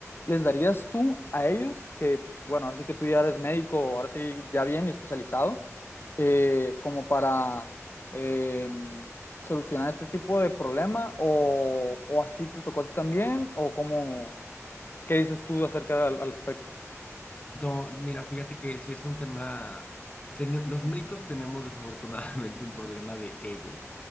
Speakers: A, on the left (about 45°); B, on the left (about 25°).
A: les darías tú a ellos? Que, pues, bueno, ahora sí que tú ya eres médico, ahora sí ya bien y especializado, eh, como para... em, solucionar este tipo de problema o, o así te tocó a ti también o cómo, qué dices tú acerca del al aspecto?
B: No, mira, fíjate que si es un tema, teni- los médicos tenemos desafortunadamente un problema de ego.